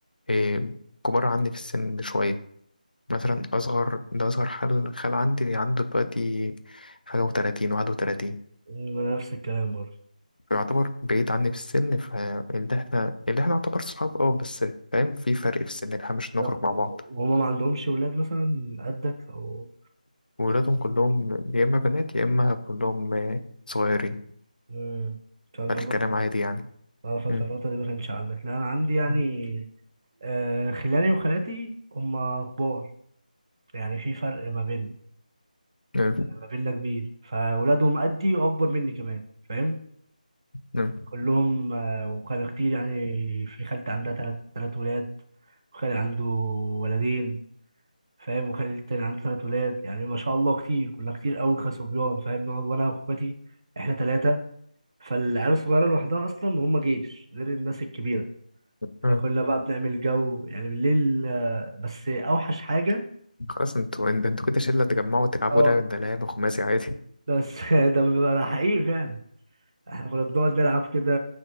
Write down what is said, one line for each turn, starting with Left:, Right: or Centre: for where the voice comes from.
Left: إيه كبار عني في السن شوية مثلا أصغر ده أصغر خال خال عندي اللي عنده دلوقتي حاجة وتلاتين واحد وتلاتين
Right: م- نفس الكلام برضه
Left: يعتبر بعيد عني في السن فاللي احنا اللي احنا نعتبر صحاب اه بس فاهم في فرق في السن اللي احنا مش نخرج
Right: طب
Left: مع بعض
Right: وهما ما عندهمش ولاد مثلا قدك او
Left: وولادهم كلهم يا اما بنات يا اما كلهم آه، صغيرين
Right: امم فانت
Left: فالكلام
Right: النقطة
Left: عادي يعني
Right: اه فانت
Left: مم.
Right: النقطة دي ما كانش عندك لا انا عندي يعني
Left: مم.
Right: آه خلاني وخالاتي هما كبار يعني في فرق ما بيننا
Left: مم.
Right: يعني ما بيننا كبير فولادهم قدي واكبر مني كمان فاهم
Left: مم.
Right: كلهم آه وكانوا كتير يعني في خالتي عندها تلات تلات ولاد وخالي عنده ولدين فاهم وخالي التاني عنده ثلاث ولاد يعني ما شاء الله كتير كنا كتير قوي كصبيان فاهم نقعد وانا واخواتي احنا ثلاثه فالعيال الصغيره لوحدها اصلا هم جيش غير الناس الكبيره
Left: مم.
Right: فكنا بقى بنعمل جو يعني بالليل آه، بس اوحش حاجه
Left: خلاص انتوا انت- انتوا كده شلة تجمعوا تلعبوا
Right: اه
Left: لعبة ده لعبة خماسي عادي
Right: بس <laughs> ده بيبقى ده حقيقي فعلا احنا كنا بنقعد نلعب كده